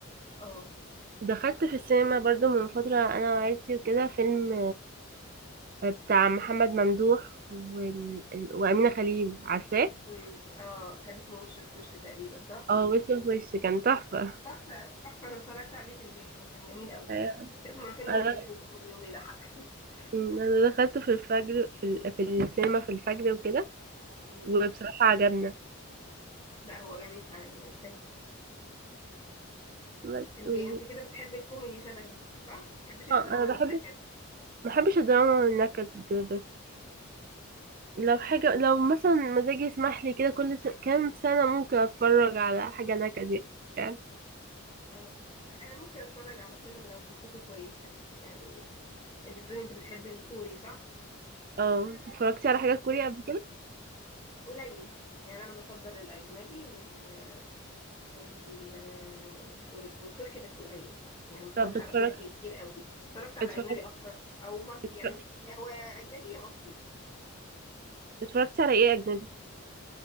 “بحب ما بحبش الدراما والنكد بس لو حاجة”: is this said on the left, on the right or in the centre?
Right